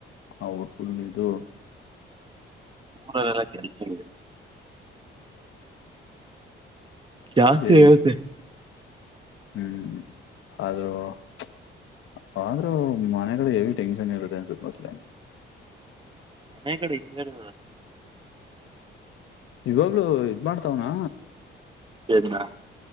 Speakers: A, on the left; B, on the right.
A: ಅವರ್ಫುಲ್ ಇದು
B: ಮೂರಲ್ಲ <unintelligible> ಜಾಸ್ತಿ
A: ಹೆವಿ
B: ಇರುತ್ತದೆ
A: ಹ್ಮ್ ಅ <unintelligible> ಆದ್ರರು ಮನೆಗಡೆ ಹೆವಿ ಟೆನ್ಷನ್ ಇರರುತ್ತೆ ಅನ್ಸನ್
B: ಮನೆ ಕಡೆ ಇದ್ದದ
A: ಇವಾಗ್ಲು ಇದ ಮಾಡ್ತಾವ್ನಾ
B: ಎನ್ನ